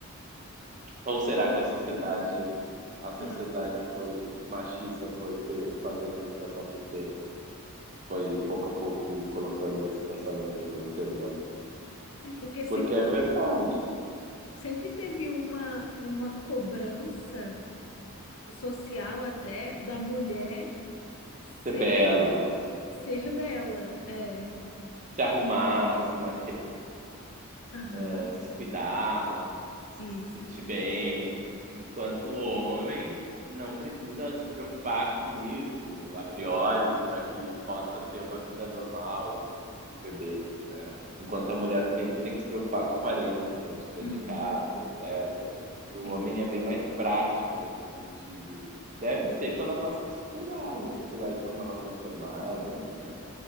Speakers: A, on the right; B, on the left.
A: Ou será
B: É uma
A: que a
B: boa
A: sociedade,
B: pergunta.
A: a sociedade
B: Ah,
A: foi machista, foi fe- fazendo isso acontecer? Foi pouco a pouco colocando esse pensamento no ser humano.
B: é porque sempre
A: Porque é verdade.
B: teve, sempre teve uma, uma cobrança social até da mulher ser
A: Ser bela,
B: ser bela. É.
A: se arrumar, se maquiar,
B: Aham.
A: ah, se cuidar, se
B: Isso.
A: vestir bem, enquanto o homem não precisa se preocupar com isso a priori para que possa ter uma vida normal e viver bem, né? Enquanto a mulher sempre tem que se preocupar com a aparência antes de sair
B: Uhum.
A: de casa, etc. E o
B: Isso.
A: homem é bem mais prático nesse sentido. Deve ser pela nossa sociedade, a sociedade como ela foi formada, né?